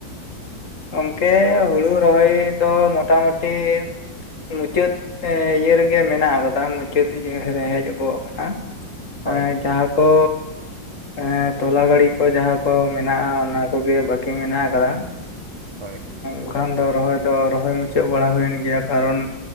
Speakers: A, on the left; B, on the right.
A: ᱜᱚᱝᱠᱮ, ᱦᱳᱲᱳ ᱨᱚᱦᱚᱭ ᱫᱚ ᱢᱚᱴᱟᱢᱩᱴᱤ ᱢᱩᱪᱟᱹᱫ ᱤᱭᱟᱹ ᱨᱮᱜᱮ ᱢᱮᱱᱟᱜ ᱟᱠᱟᱫᱟ, ᱢᱩᱪᱟᱹᱫ ᱤᱭᱟᱹ ᱨᱮ ᱦᱮᱡ ᱜᱚᱜ ᱟᱠᱟᱱᱟ ᱾
B: ᱦᱳᱭ
A: ᱮ ᱡᱟᱦᱟᱸ ᱠᱚ ᱮᱸ ᱛᱚᱞᱟ ᱜᱟᱹᱲᱤ ᱠᱚ ᱡᱟᱦᱟᱸ ᱠᱚ ᱢᱮᱱᱟᱜᱼᱟ ᱚᱱᱟ ᱠᱚᱜᱮ ᱵᱟᱠᱤ ᱢᱮᱱᱟᱜ ᱟᱠᱟᱫᱟ ᱾
B: ᱦᱳᱭ ᱾
A: ᱵᱟᱠᱷᱟᱱ ᱫᱚ ᱨᱚᱦᱚᱭ ᱫᱚ ᱨᱚᱦᱚᱭ ᱢᱩᱪᱟᱹᱫ ᱵᱟᱲᱟ ᱦᱩᱭᱮᱱ ᱜᱮᱭᱟ, ᱠᱟᱨᱚᱱ